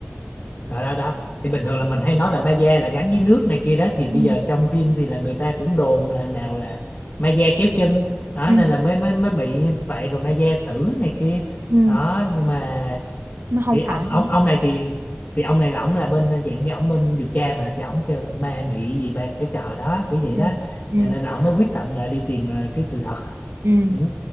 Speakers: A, on the left; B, on the right.
A: đó đó đó thì bình thường là mình hay nói là ma da là gắn với nước này kia đó thì
B: Ừ.
A: bây giờ trong phim thì là người ta cũng đồn là nào là ma da kéo chân đó
B: Ừ.
A: nên là mới mới mới bị như vậy rồi ma da xử này kia
B: Ừ,
A: đó nhưng mà
B: mà không
A: thì
B: phải.
A: ông ông
B: hả?
A: ông này thì thì ông này là ông là bên dạng như ông bên điều tra mà thì ông kêu là ma mị gì ba cái trò đó kiểu vậy
B: Ừ.
A: đó
B: Ừ.
A: nên là ông mới quyết tâm là đi tìm ờ, cái sự thật
B: Ừ.
A: ừ.